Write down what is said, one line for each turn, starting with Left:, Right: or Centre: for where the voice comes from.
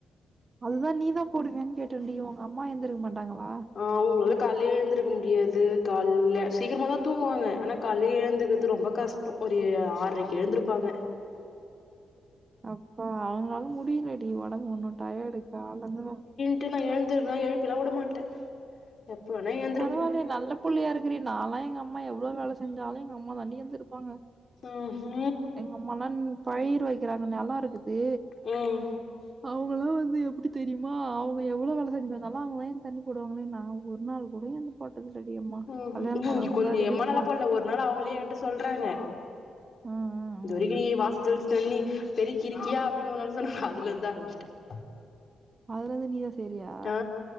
Right: அதுதா நீதா போடுவியான்னு கேட்டன்டி உங்க அம்மா எந்திருக மாட்டாங்களா
Left: ஆ அவ்ங்கள் ல கால்லே எழுந்திருக்க முடியாது கால்ல சீக்கிரமாதா தூங்குவாங்க ஆனா கால்ல எழ்ந்துக்கிறது ரொம்ப கஷ் அப்றோ ஒரு ஆற்ரைக்கு எழுந்திருப்பாங்க
Right: அப்பா அவங்களால முடியலடி ஒடம்பு ஒன்னு டயடு காலந்தா
Left: ட்டு நா எழுந்துருவ எழுப்பிலா வுடமாட்ட எப்போ வேணா எ
Right: பரவால்லேயே நல்ல புள்ளயா இருக்குறியே நாலா எங்க அம்மா எவ்ளோ வேல செஞ்சாலு எங்க அம்மாதான்டி எந்திருப்பாங்க
Left: ம் ஹூ
Right: எங்கம்மலன் பயிர் வைக்கறாங்க நெலோ இருக்குது
Left: ம்
Right: அவுங்கலா வந்து எப்டி தெரியுமா அவுங்க எவ்ளோ வேல செஞ்சாலு கால்லா அவ்ங்கதா ஏந் தண்ணி போடுவாங்கன்னே நா ஒரு நாள் கூட எந்து போட்டதில்லடி அம்மா
Left: ம்
Right: கல்யாணம்
Left: ம்
Right: ஆனா
Left: கொஞ்ச
Right: முன்னாடி
Left: எம்மா
Right: வரைக்கு
Left: நல்லா போல ஒரு நாள் அவங்களே என்ட்ட சொல்றாங்க
Right: ம் ம்
Left: இதுவரைக்கு
Right: ம்
Left: நீ வாச தொளிச்சு தண்ணி பெருக்கிருக்கியா அப்பின்னு ஒரு நாள் சொன்னாங்க அதுலருந்து ஆரம்பிச்ட்ட
Right: அதுலருந்து நீயா செய்றியா
Left: ஆ